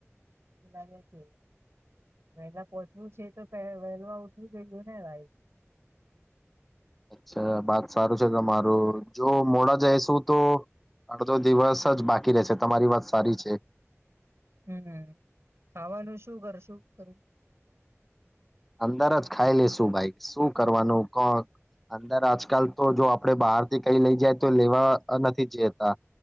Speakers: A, on the right; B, in the centre.
A: <unintelligible> વહેલા પોહોચવું છે, તો પેલા વહેલા ઉઠવું, જોઈએ ને ભાઈ
B: છા બાત સારું છે, તમારું જો મોડા જઈશું, તો અડધો દિવસ જ બાકી રહેશે, તમારી વાત સારી છે.
A: હમ્મ, હમ્મ ખાવાનું શું કરશું કરું?
B: અંદરજ ખાઈ લેશું ભાઈ શું કરવાનું અંદર આજકાલ, તો જો આપડે બહાર થી કઈ લઈ જાય, તો લેવા નથી જતા.